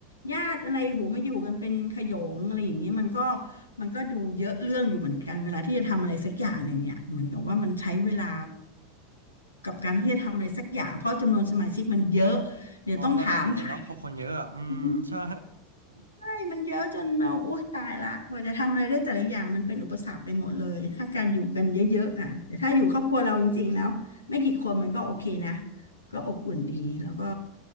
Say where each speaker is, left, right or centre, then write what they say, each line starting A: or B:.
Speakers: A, on the left; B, on the right.
A: ญาติอะไรหูมาอยู่กันเป็นขโยงอะไรอย่างนี้มันก็มันก็ดูเยอะเรื่องอยู่เหมือนกันเวลาที่จะทำอะไรสักอย่างหนึ่งเนี่ยเหมือนกับว่ามันใช้เวลากับการที่จะทำอะไรสักอย่างเพราะจำนวนสมาชิกมันเยอะเดี๋ยวต้องถามถา
B: <laughs> อ๋อระดับหนึ่งเลยเนาะเพอคนเยอะอะอืมใช่
A: ม ใช่ มันเยอะจนเราโอ๊ยตายละกว่าจะทำอะไรได้แต่ละอย่าง มันเป็นอุปสรรคไปหมดเลย ถ้าการอยู่กันเยอะๆอ่ะแต่ถ้าอยู่ครอบครัวเราจริงๆแล้วไม่กี่คนมันก็โอเคนะ ก็อบอุ่นดีแล้วก็